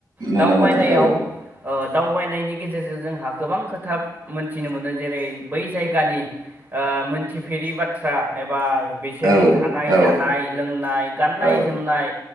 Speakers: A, on the right; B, on the right.
A: नुनो
B: दावबायनायाव।
A: मोनो औ
B: ओ दावबायनायनि गेजेरजों जोंहा गोबां खोथा मोनथिनो मोनो जेरै बै जायगानि। ओ मोनथिफेरि बाथ्रा एबा। बिसोरनि
A: औ
B: थानाय
A: औ
B: जानाय लोंनाय गाननाय
A: औ
B: जोमनाय